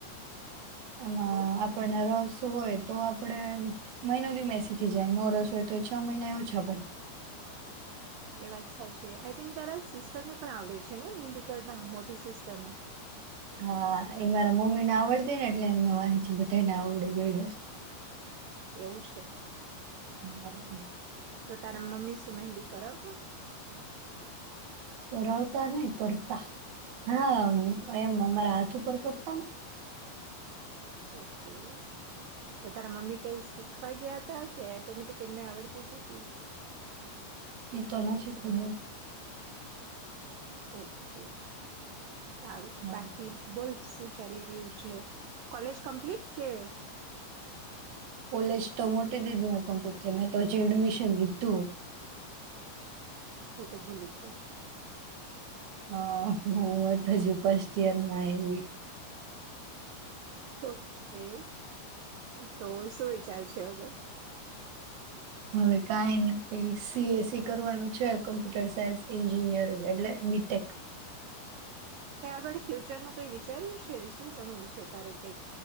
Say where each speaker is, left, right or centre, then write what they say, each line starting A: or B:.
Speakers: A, on the right; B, on the right.
A: આમાં
B: બોલ
A: આપણના રસ હોય તો આપડે મહિનોદીમા યે શીખી જાય, નોરસ હોય તો એ છ મહિના એ ઓછા પડે.
B: એ વાત સાચી, આઈ થિંક તારા સિસ્ટર ને પણ આવડે છે ને મહેંદી કરતા? મોટી સિસ્ટરને
A: હા એ મારા મમ્મી ને આવડતી ને એટલે અમને વાહેંથી બધાય ને આવડી ગય.
B: એવું છે.
A: <unintelligible>
B: તો તારા મમ્મી શું, મહેંદી કરાવતો?
A: કરાવતા નહી કરતા હા એમ અમારા હાથ ઉપર કરતા હો.
B: ઓકે. તો તારા મમ્મી કઈ શીખવા ગયા કે એટોમેટિક એમને આવડતી જ હતી.
A: એ તો નથી ખબર.
B: ઓકે. સારું,
A: હા
B: બાકી બોલ? શું ચાલી રહ્યું છે, કોલેજ કમ્પ્લીટ કે?
A: કોલેજ તો મોટી દીદી ના કમ્પ્ટ થઈ, મેં તો એડમિશન લીધું.
B: હું તો ભૂલી ગ
A: હા હ હજી ફર્સ્ટ ઇયર માં આઇવિ.
B: ઓકે, તો શું વિચારશે અવે?
A: હવે કઈ નથી સી એસ ઇ કરવાનું છે, કોમ્પ્યુટર સાયન્સ એન્જિનિયરિંગ, એટલે બી ટેક
B: ત્યાં આગળ ફ્યુચરનું કંઈ વિચાર્યું છે, શું ભણવું છે તારે કંઈક?